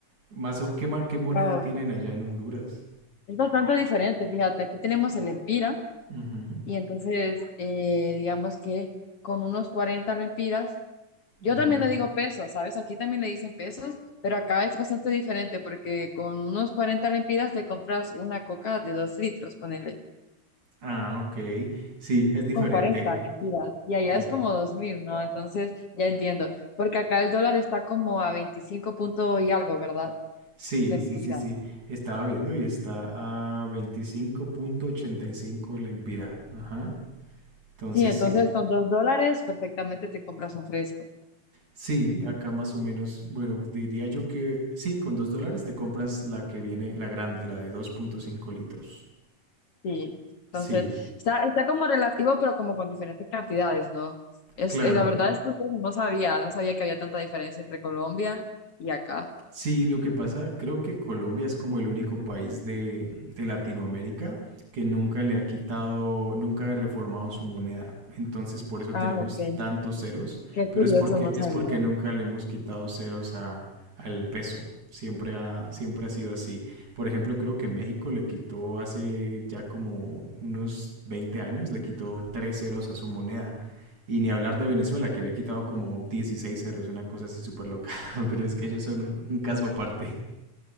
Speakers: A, on the right; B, on the left.
A: Más o, ¿qué, ma- qué moneda
B: Wow.
A: tienen allá en Honduras?
B: Es bastante diferente, fíjate. Aquí tenemos el Empira
A: Ujú,
B: y entonces eh, digamos que con unos 40 lempiras, yo
A: ujú.
B: también le digo pesos, ¿sabes? Aquí también le dicen pesos, pero acá es bastante diferente porque con unos 40 lempiras te compras una coca de dos litros, ponele.
A: Ah, ok. Sí, es diferente.
B: Con 40, mentira. Y allá
A: creo.
B: es como 2000, ¿no? Entonces ya entiendo. Porque acá el dólar está como a 25 punto y algo, ¿verdad?
A: Sí,
B: Mentira.
A: sí, sí, sí. Estaba viendo y está a veinticinco punto ochenta y cinco lempira. Ajá. Entonces
B: Sí, entonces
A: sí.
B: con 2 dólares perfectamente te compras un fresco.
A: Sí, acá más o menos, bueno, diría yo que sí, con dos dólares te compras la que viene, la grande, la de dos punto cinco litros.
B: Sí.
A: Sí,
B: Entonces está, está como relativo, pero como con diferentes cantidades, ¿no? Es,
A: claro.
B: eh, la verdad es que no sabía, no sabía que había tanta diferencia entre Colombia y acá.
A: Sí, lo que pasa, creo que Colombia es como el único país de, de Latinoamérica que nunca le ha quitado, nunca ha reformado su moneda. Entonces, por eso
B: Ah,
A: tenemos
B: ok.
A: tantos ceros,
B: Qué
A: pero
B: curioso,
A: es porque,
B: no
A: es
B: sabía.
A: porque nunca le hemos quitado ceros a, al peso. Siempre ha, siempre ha sido así. Por ejemplo, creo que México le quitó hace ya como unos 20 años, le quitó tres ceros a su moneda. Y ni hablar de Venezuela, que le ha quitado como 16 ceros, una cosa así súper loca. <laughs> Pero es que ellos son un, un caso aparte.